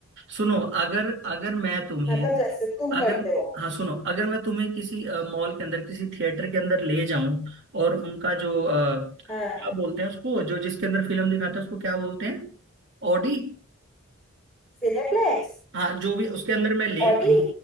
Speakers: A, on the right (about 55°); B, in the centre.
A: सुनो अगर अगर मैं तुम्हें
B: मतलब जैसे तुम
A: अगर
B: करते हो
A: हाँ सुनो अगर मैं तुम्हें किसी मॉल के अंदर किसी थिएटर के अंदर ले जाऊं और उनका जो अ,
B: हाँ
A: क्या बोलते हैं उसको जो जिसके अंदर फिल्म दिखाते हैं उसको क्या बोलते हैं ऑडी
B: सिनेप्लेक्स
A: हाँ जो भी उसके अंदर मैं ले
B: ऑडी
A: जाऊं